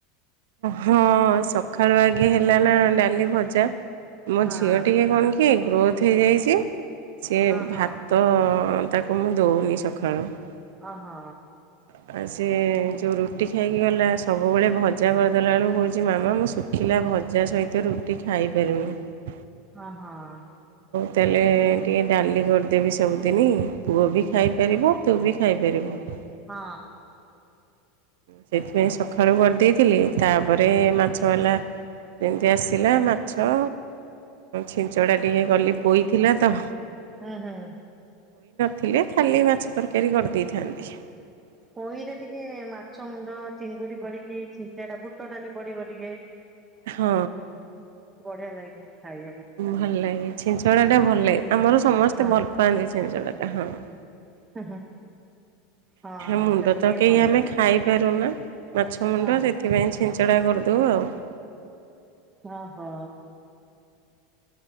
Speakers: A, on the right (about 60°); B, on the right (about 20°).
A: ହଁ, ସକାଳୁ ଆଗେ ହେଲା ନା ଡାଲି ଭଜା । ମୋ
B: ହଁ
A: ଝିଅ ଟିକେ କଣ କି ଗ୍ରୋଥ୍ ହେଇଯାଇଛି। ସିଏ
B: ଓହୋ
A: ଭାତ-ଅ ତାକୁ, ମୁଁ ଦଉନି ସଖାଳୁ ।
B: ଅ ହ।
A: ଆଉ, ସିଏଁ ଯୋଉଁ ରୁଟି ଖାଇକି ଗଲା। ସବୁବେଳେ ଭଜା କରିଦେଲାଳୁ କହୁଛି, ମାମା ମୁଁ ଶୁଖିଲା ଭଜା ସହିତ ରୁଟି ଖାଇପାରୁନି ।
B: ହଁ ହଁ,
A: ତାଏଲେ -ଏଁ ଟିକେ ଡାଲି କରଦେବି ସବୁଦିନି। ପୁଅ ବି ଖାଇପାରିବ ତୁ ବି ଖାଇପାରିବୁ ।
B: ହଁ।
A: ସେଥିପାଇଁ ସକାଳୁ କରିଦେଇଥିଲି। ତା'ପରେ ମାଛ ବାଲା ଯେମିତି ଆସିଲା, ମାଛ ଛିଞ୍ଚଡା ଟିକେ କଲି ପୋଇଥିଲା ତ!
B: ହୁଁ, ହୁଁ।
A: ଥିଲେ, ଖାଲି ମାଛ ତରକାରୀ କରିଦେଇଥାନ୍ତି ।
B: ପୋଇରେ ଟିକେ ମାଛ ମୁଣ୍ଡ, ଚିଙ୍ଗୁଡି, ପଡ଼ିକି ଛିଞ୍ଚିଡ଼ା ବୁଟ ଡାଲି ପଡିିବ ଟିକେ ।
A: ହଁ।
B: ବଢ଼ିଆ ଲାଗେ। କିନ୍ତୁ ଖାଇ
A: ଭଲ ଲାଗେ। ଛିଞ୍ଚଡ଼ାଟା ଭଲ ଲାଗେ। ଆମର ସମସ୍ତେ
B: ହଁ
A: ଭଲ ପାଆନ୍ତି ଛିଞ୍ଚଡ଼ାଟା ହଁ ।
B: ହୁଁ, ହୁଁ। ହଁ
A: ମୁଣ୍ଡ,
B: ସେଟା
A: ତ
B: ଟିକେ
A: କେହି
B: ଭଲ
A: ଆମେ
B: ଲାଗେ
A: ଖାଇପାରୁନା । ମାଛ ମୁଣ୍ଡ,
B: ହଁ
A: ସେଥିପାଇଁ ଛିଞ୍ଚଡ଼ା କରିଦଉ ଆଉ ।
B: ଓ ହୋ!